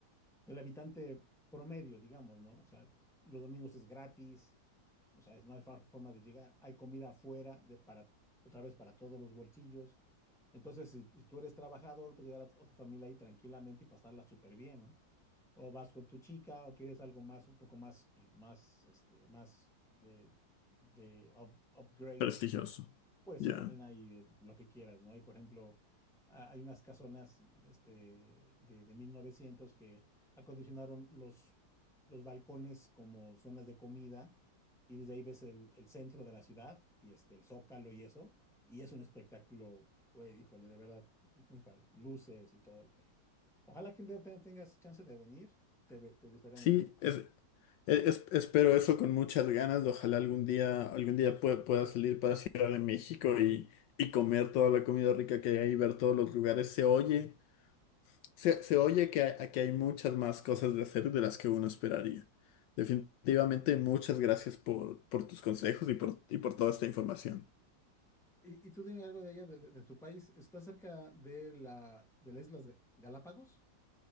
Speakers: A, in the centre; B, on the left.
A: del habitante promedio, digamos, ¿no? O sea, los domingos es gratis, O sea, es más fácil forma de llegar. Hay comida afuera de, para, otra vez para todos los bolsillos. Entonces, si, si tú eres trabajador, pues llegar a, tu a tu familia ahí tranquilamente y pasarla súper bien, ¿no? O vas con tu chica o quieres algo más, un poco más, pues, más, este, más de, de up- upgrade,
B: Prestigioso.
A: pues
B: Ya.
A: también hay de lo que quieras, ¿no? Hay, por ejemplo, a- hay unas casonas este, de, de 1900 que acondicionaron los, los balcones como zonas de comida y desde ahí ves el, el centro de la ciudad y este, el Zócalo y eso, y es un espectáculo, güey, híjole, de verdad, muy padre, luces y todo el rollo. Ojalá que un día te- tengas chance de venir, te, ve- te gustaría
B: Sí,
A: mucho.
B: es, e- es- espero eso con muchas ganas. Ojalá algún día, algún día pue- pueda salir para Ciudad de México y, y comer toda la comida rica que hay, ver todos los lugares. Se oye. Se, se oye que hay- aquí hay muchas más cosas de hacer de las que uno esperaría. Definitivamente, muchas gracias por, por tus consejos y por, y por toda esta información.
A: Y, y tú dime algo de allá, de, de- de tu país, ¿estás cerca de la, de las Islas Ga- Galápagos?